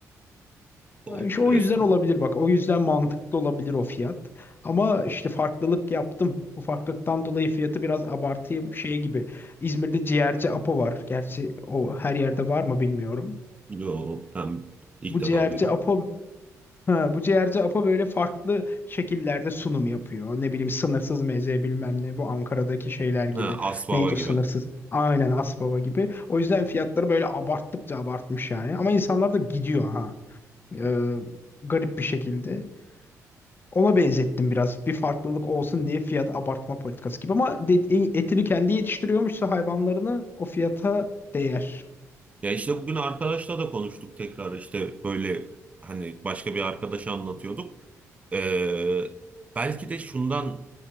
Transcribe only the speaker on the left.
İşte
o yüzden olabilir bak. O yüzden mantıklı olabilir o fiyat. Ama işte farklılık yaptım. Bu farklılıktan dolayı fiyatı biraz abartayım. Şey gibi. İzmir'de ciğerci Apo var. Gerçi o her yerde var mı bilmiyorum.
Bu
ciğerci
Apo Ha, bu ciğerci Apo böyle farklı şekillerde sunum yapıyor. Ne bileyim sınırsız meze bilmem ne bu Ankara'daki şeyler gibi.
Neydi
o sınırsız? Aynen Asbaba gibi. O yüzden fiyatları böyle abarttıkça abartmış yani. Ama insanlar da gidiyor ha. Ee, garip bir şekilde. Ona benzettim biraz. Bir farklılık olsun diye fiyat abartma politikası gibi. Ama de- e, etini kendi yetiştiriyormuşsa hayvanlarını o fiyata değer.